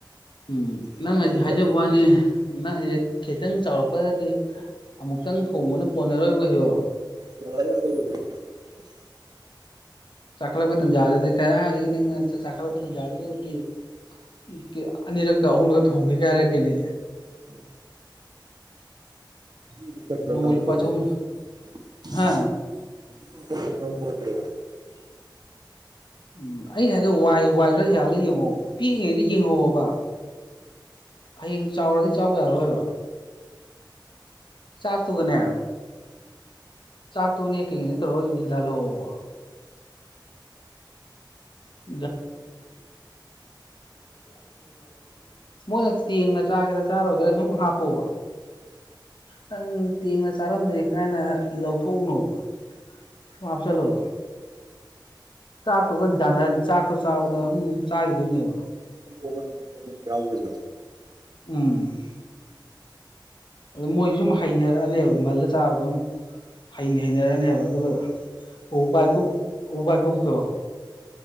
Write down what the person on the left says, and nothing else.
ꯎꯝ
ꯅꯪ ꯍꯥꯖꯤꯛ
ꯍꯥꯏꯖꯕ ꯋꯥꯅꯤ ꯅꯪ ꯍꯥꯖꯤꯛ ꯈꯤꯇꯪ ꯆꯥꯎꯔꯛꯄꯒꯗꯤ ꯑꯃꯨꯛꯇꯪ ꯊꯣꯡꯕꯅ ꯀꯣꯟꯅꯔꯣꯏ ꯀꯩꯁꯨ
ꯆꯈꯠꯂꯛꯄ ꯇꯟꯖꯥꯗꯗꯤ ꯀꯔꯥꯏꯗꯩ ꯅꯪ ꯆꯈꯠꯂꯛꯄ ꯇꯟꯖꯥꯗꯨꯗꯤ ꯎꯪ ꯀꯤ ꯑꯅꯤꯔꯛꯀ ꯑꯍꯨꯝꯂꯛꯀ ꯊꯣꯡꯕꯩꯒ ꯍꯥꯏꯔꯛꯇꯦꯃꯤ
ꯅꯣꯡꯃ ꯂꯨꯄꯥ ꯆꯍꯨꯝ ꯍꯥ
ꯎꯝ ꯑꯩꯅ ꯍꯥꯏꯗꯣ ꯋꯥꯏ ꯋꯥꯏ ꯈꯔ ꯌꯥꯜꯂ ꯌꯦꯡꯉꯣ ꯄꯤꯛꯏꯉꯩꯗ ꯌꯦꯡꯍꯧꯑꯕ ꯍꯌꯦꯡ ꯆꯥꯎꯔꯗꯤ ꯆꯥꯎ ꯌꯥꯔꯔꯣꯏꯕ ꯆꯥꯛꯇꯨꯒꯅꯦ ꯆꯥꯛꯇꯨꯅꯦ ꯀꯩꯀꯩꯅꯦ ꯇꯧꯔꯒꯥ ꯑꯗꯨ ꯌꯥꯜꯍꯧꯑꯕ <unintelligible> ꯃꯣꯏꯅ ꯇꯦꯡꯅ ꯆꯥꯒꯦꯔꯥ ꯆꯥꯔꯣꯏꯒꯦꯔꯥ ꯁꯨꯝ ꯍꯥꯞꯄꯣꯕ ꯅꯪ ꯇꯦꯡꯅ ꯆꯥꯔꯝꯗ꯭ꯔꯦ ꯀꯥꯏꯅ ꯂꯧꯊꯣꯛꯎꯅꯣꯕ ꯁꯨꯝ ꯍꯞꯆꯜꯂꫭꯕ ꯆꯥꯛꯇꯣꯒ ꯖꯥꯟꯅ ꯆꯥꯛꯇꫭ ꯆꯥꯕꯗ ꯑꯗꯨꯝ ꯆꯥꯒꯤꯗꯣꯏꯅꯦꯕ
ꯎꯝ ꯑꯗꯨ ꯃꯣꯏꯁꯨ ꯁꯨꯝ ꯍꯩꯅꯔꯛꯑꯅꯦꯕ ꯃꯜꯂ ꯆꯥꯕꯗꫭ ꯑꯗꯨꯝ ꯍꯩ ꯍꯩꯅꯔꯛꯑꯅꯦꯕ ꯑꯗꯨꯒ ꯋꯥꯥꯏꯀꯨꯞ ꯋꯥꯥꯏꯀꯨꯞꯇꯣ